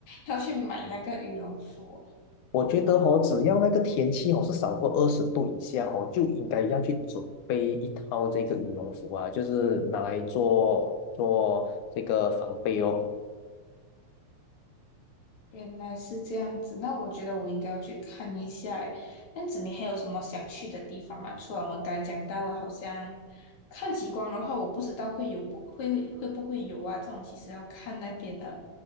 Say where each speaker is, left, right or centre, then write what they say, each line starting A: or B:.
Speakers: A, on the left (about 65°); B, on the left (about 80°).
A: 要去买那个羽绒服？
B: 我觉得哦，只要那个天气哦是少过二十度以下哦，就应该要去准备一套这个羽绒服啊，就是拿来做做这个防备哦。
A: 原来是这样子，那我觉得我应该要去看一下诶。这样子，你还有什么想去的地方吗？除了我们刚才讲到的，好像看极光的话，我不知道会有不会会不会有啊？这种其实要看那边的